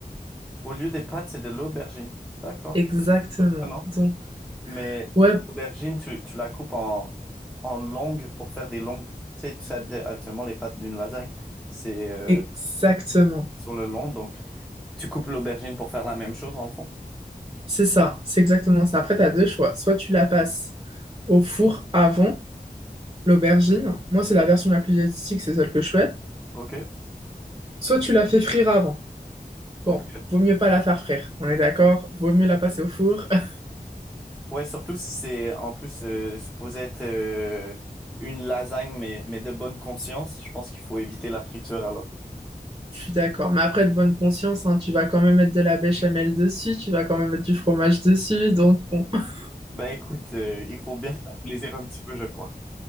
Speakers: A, in the centre; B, on the right.
A: Au lieu des pâtes, c'est de l'aubergine. D'accord.
B: Exactement.
A: Surprenant.
B: Donc,
A: Mais
B: ouais,
A: l'aubergine, tu, tu la coupes en, en longues pour faire des longues. Tu sais, tu sais bien, habituellement les pâtes d'une lasagne, c'est euh,
B: exactement.
A: sur le long. Donc tu coupes l'aubergine pour faire la même chose dans le fond.
B: C'est ça, c'est exactement ça. Après, tu as deux choix. Soit tu la passes au four avant l'aubergine. Moi, c'est la version la plus diététique, c'est celle que je fais.
A: Ok.
B: Soit tu la fais frire avant.
A: Ok.
B: Bon, vaut mieux pas la faire frire, on est d'accord? Vaut mieux la passer au four. <laughs>
A: Ouais, surtout si c'est en plus euh, supposé être euh, une lasagne, mais, mais de bonne conscience, je pense qu'il faut éviter la friture alors.
B: Je suis d'accord. Mais après, de bonne conscience, hein, tu vas quand même mettre de la béchamel dessus, tu vas quand même mettre du fromage dessus. Donc, bon, <laughs>
A: Ben écoute, euh, il faut bien se faire plaisir un petit peu, je crois.